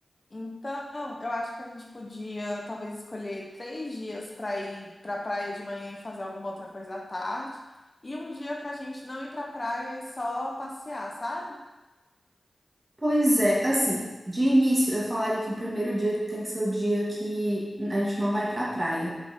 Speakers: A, on the left; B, on the right.
A: Então, eu acho que a gente podia talvez escolher três dias para ir para a praia de manhã e fazer alguma outra coisa à tarde, e um dia para a gente não ir para a praia e só passear, sabe?
B: Pois é, assim, de início eu falaria que o primeiro dia tem que ser o dia que a gente não vai pra praia.